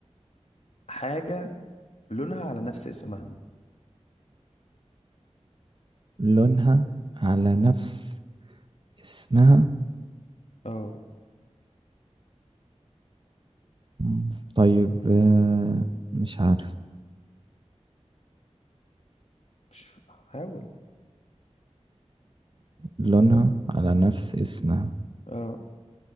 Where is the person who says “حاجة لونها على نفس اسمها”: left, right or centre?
Left